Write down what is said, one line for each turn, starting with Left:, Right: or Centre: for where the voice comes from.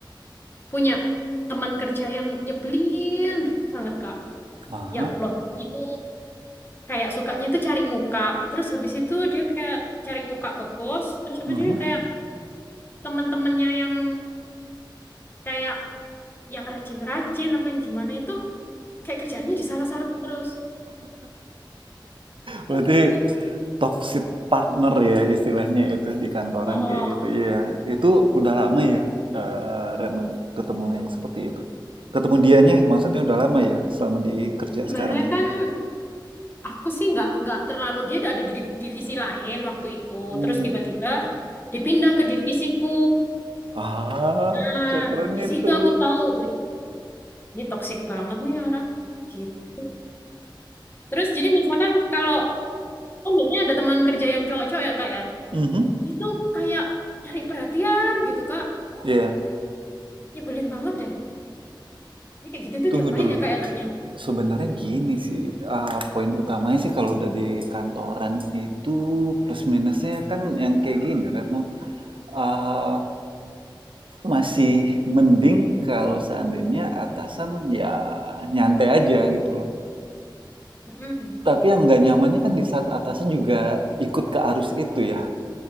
Left: punya teman kerja yang nyebelin banget, Kak.
Right: aha,
Left: Ya Allah, itu kayak sukanya itu cari muka. Terus habis itu dia kayak cari muka ke bos, terus habis
Right: hmm.
Left: itu dia kayak teman-temannya yang kayak yang rajin-rajin apa yang gimana itu kayak kerjaannya disalah-salahin terus.
Right: Berarti
Left: Oh enggak sih?
Right: toxic partner ya istilahnya itu di kantoran
Left: Oh, oh.
Right: kayak gitu. Iya, itu udah lama ya, eh, Retno ketemu yang seperti itu. Ketemu dianya maksudnya udah lama ya, selama di kerja
Left: Sebenarnya
Right: sekarang ya.
Left: kan aku sih nggak nggak terlalu dia ada di div- divisi lain waktu itu.
Right: Hmm.
Left: Terus tiba-tiba dipindah ke divisiku.
Right: Ah,
Left: Nah,
Right: keren
Left: di
Right: itu.
Left: situ aku tahu, "Wih, ini toksik banget nih orang. Gitu. Terus jadi misalkan kalau kan biasanya ada teman kerja yang cowok-cowok ya, Kak ya.
Right: Mhm.
Left: Itu kayak cari perhatian gitu, Kak.
Right: Iya.
Left: Nyebelin banget deh. Ini kayak gitu tuh
Right: Tunggu
Left: diapain
Right: dulu.
Left: ya, Kak enaknya?
Right: Sebenarnya gini sih, ah, poin utamanya sih kalau udah di kantoran itu plus minusnya kan yang kayak gini, Retno. Ah, masih mending kalau seandainya atasan ya nyantai aja gitu loh.
Left: Mm-mm.
Right: Tapi yang nggak nyamannya kan di saat atasan juga ikut ke arus itu ya.